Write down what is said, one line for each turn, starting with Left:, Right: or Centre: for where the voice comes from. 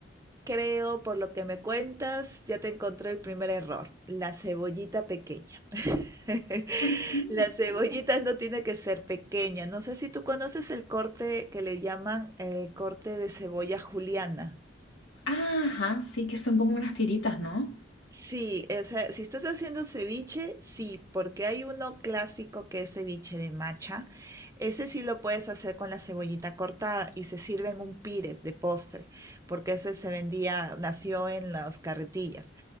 Right: Creo, por lo que me cuentas, ya te encontré el primer error, la cebollita pequeña. <laughs>
Left: ¿Por qué?
Right: La cebollita no tiene que ser pequeña. No sé si tú conoces el corte que le llaman el corte de cebolla juliana.
Left: Ajá, sí que son como unas tiritas, ¿no?
Right: Sí, o sea, si estás haciendo ceviche, sí, porque hay uno clásico que es ceviche de macha. Ese sí lo puedes hacer con la cebollita cortada y se sirve en un pires de postre, porque ese se vendía, nació en las carretillas.